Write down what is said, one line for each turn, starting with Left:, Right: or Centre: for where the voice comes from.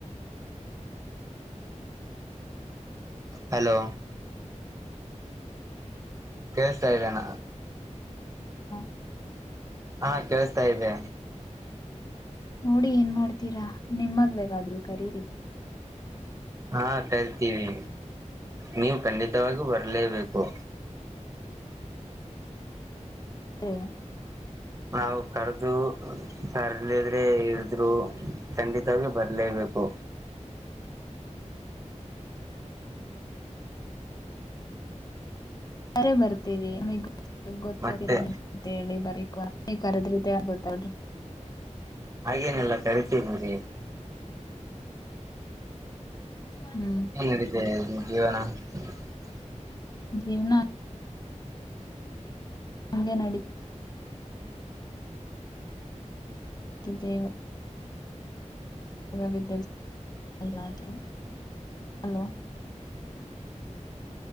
Right: ಹಲೋ ಕೇಳ್ಸ್ತಾ ಇದ್ದೇನ
Left: ಹ
Right: ಹಾ ಕೇಳಸ್ತಾ ಇದೆ
Left: ನೋಡಿ ಏನ್ ಮಾಡ್ತೀರಾ ನಿಮ್ಮದ್ವೆಗಾದ್ರು ಕರೀರಿ
Right: ಹಾ ಕರಿತೀವಿ ನೀವು ಖಂಡಿತವಾಗು ಬರ್ ಲೇಬೇಕು
Left: ತ್ರೆ ಯ್
Right: ನಾವು ಕರ್ದು ಕರ್ಲಿದ್ರೆ ಇದ್ರು ಖಂಡಿತವಾಗಿ ಬರ್ಲೇಬೇಕು
Left: ಸರೆ ಬರ್ತೀವಿ ಮಿಗ್ ಗೊತ್ತತೀರ
Right: ಮತ್ತೆ
Left: ಅಂ ಅಂತ ಹೇಳಿ ಬರೀ ನೀವ್ ಕರದ್ರ ಆ ಗೊತ್ತದು
Right: ಹಾಗೇನಿಲ್ಲ ಕರಿತೀನಿರಿ
Left: ಹ್ಮ್
Right: ಏನ್ ನೆಡಿತಿದೆ ಜೀವ್ನ <unintelligible>
Left: ಜೀವ್ನಾ ಹಂಗೆ ನಡಿ ತಿದ್ದೇವ್ ಈಗ ವಿದ್ಯಾ ಭ್ಯಾಸ ದಲ್ಲಾದ್ರೋ ಹಲೋ